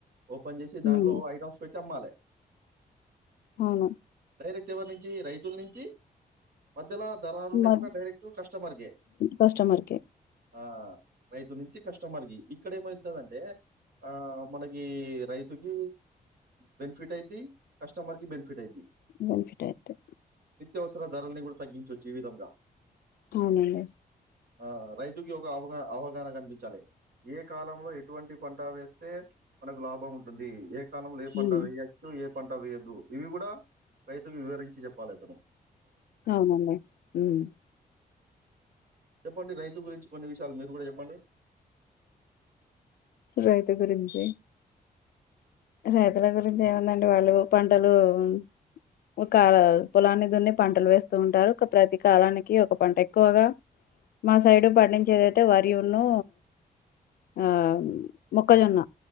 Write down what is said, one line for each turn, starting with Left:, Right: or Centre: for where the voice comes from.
Right: ఓపెన్ చేసి
Left: హ్మ్.
Right: దాంట్లో ఐటమ్స్ పెట్టి అమ్మాలి
Left: అవును
Right: డైరెక్ట్ ఎవరి నుంచి రైతులనుంచి మధ్యలా దళారులు లేకుండా
Left: మరి
Right: డైరెక్ట్ కస్టమర్ కె
Left: కస్టమర్‌కే
Right: ఆ రైతు నుంచి కస్టమర్కి ఇక్కడ ఏమైతదంటే ఆ మనకి రైతుకి బనిఫిట్ ఐద్ది కస్టమర్కి బనిఫిట్ ఐద్ది
Left: బెనిఫిటైద్ధి
Right: నిత్యవసర ధరల్ని కూడా తగ్గించవచ్చు ఈ విధంగా
Left: అవునండి
Right: ఆ రైతుకి ఒక అవగా అవగాహన కనిపించాలి ఏ కాలంలో ఎటువంటి పంటా వేస్తే మనకు లాభం ఉంటుంది ఏ ఎ కాలంలో ఏ పంట
Left: హ్మ్.
Right: వెయచ్చు ఏ పంట వేయదు ఇవి కూడా రైతువివరించి చెప్పాలి అతను
Left: అవును అండి ఉమ్
Right: చెప్పండి రైతు గురించి కొన్ని విషయాలు మీరు కూడా చెప్పండి
Left: రైతు గురించి రైతుల గురించి ఏముంది అండి వాళ్ళు పంటలు మ్ ఒక ఆ పొలాన్ని దున్ని పంటలు వేస్తుంటారు ఒక ప్రతి కాలానికి ఒక పంట ఎక్కువగా మా సైడు పండించేదైతే వరి యును ఆ మొక్కజొన్న